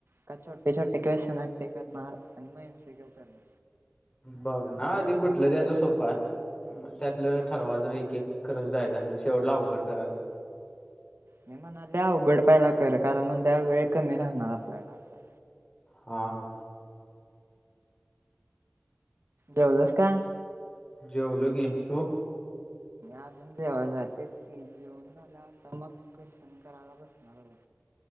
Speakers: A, on the right (about 80°); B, on the left (about 30°).
A: का छोटे छोटे क्वेशन ते करणार? आणि मग एमसी क्यू करणार?
B: बघ ना आधी कुठलं त्यातलं सोपय, त्यातलं ठरवाच एक एक करत जायचं आणि मग शेवटला अवघड करायचं
A: मी म्हणाले, अवघड पहला कर, कारण द्या वेळ कमी राहणार आपल्याकडं हातात
B: हा हां
A: जेवलास काय?
B: जेवलो की तू?
A: अजून जेवायच तेच की, जेवण झाल्यावर आता मग क्वेशन करायला बसणार बघ.